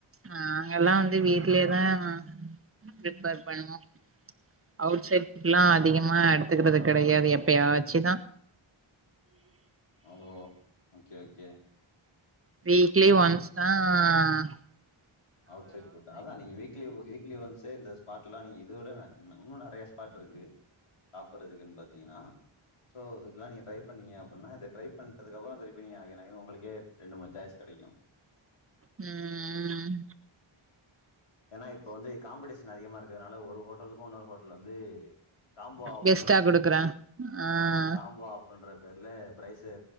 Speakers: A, on the right (about 25°); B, on the left (about 85°).
A: நாங்கல்லா வந்து வீட்டுலயே தான் பிரிப்பர் பண்ணுவோம் அவுட் சைட் ஃபுட்லா அதிகமா எடுத்துக்கிறது கிடையாது எப்பாச்சுதான்
B: ஓ ஓக்கே ஓக்கே
A: வீக்லி ஒன்ஸ் தான் அ
B: அவுட்சைட் ஃபுட் அதான் நீங்க வீக்லி வீக்லி ஒன்ஸ் டே இந்த ஸ்பாட்லா நீ இது வர உன்னும் நெறைய ஸ்பாட் இருக்கு சாப்பறதுக்கு பாத்தீங்கன்னா சோ இதுலா ட்ரை பண்ணீங்க அப்டினா இத ட்ரை பண்ணறதுக்கு அப்புற அந்த திருப்பியு நீங்க <unintelligible> உங்களுக்கே ரெண்டு டாய்ஸ் கடைக்கும்
A: உம்
B: ஏன்னா இப்ப வந்து காம்படிஷன் அதிகமா இருக்கிறதுனால ஒரு ஹோட்டலுக்கும் இன்னொரு ஹோட்டல் வந்து காம்போ ஆஃபர்
A: கெஸ்ட்டா
B: என்ற பேருல
A: குடுக்குறே ஆ
B: ஆஹ் காம்போ ஆஃபர் என்ற பேர்ல பிரைஸ்சு